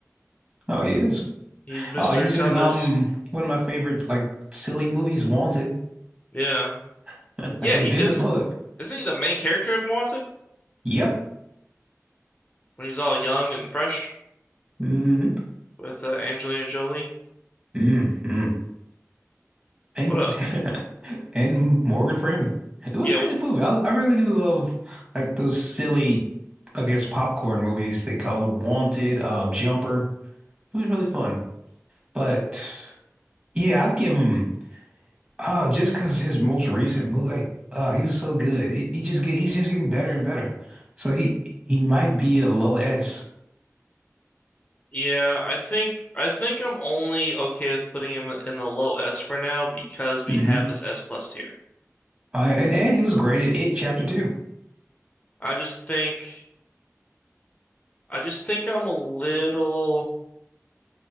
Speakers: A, on the right (about 20°); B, on the left (about 25°).
A: Oh, he is.
B: He's Mr.
A: Oh, he's
B: Tumnus.
A: in um one of my favorite like silly movies, Wanted.
B: Yeah,
A: <laughs>
B: yeah.
A: I can
B: He
A: bend
B: is.
A: a bullet.
B: Isn't he the main character of Wanted
A: Yep.
B: when he's all young and fresh
A: hmm
B: with uh, Angelina Jolie?
A: hmm And
B: What a
A: <laughs> and Morgan Freeman. It was
B: yeah.
A: a good movie. I, I really did love like those silly, I guess, popcorn movies. They call them Wanted, uh, Jumper. It was really fun. But yeah, I'd give him. Uh, just because his most recent move, like, uh, he was so good. He, he just get he's just getting better and better. So he he might be a low S.
B: Yeah, I think I think I'm only okay with putting him in the low S for now because we
A: Mm-hmm.
B: have this S plus tier.
A: Uh, and and he was graded It Chapter Two.
B: I just think I just think I'm a little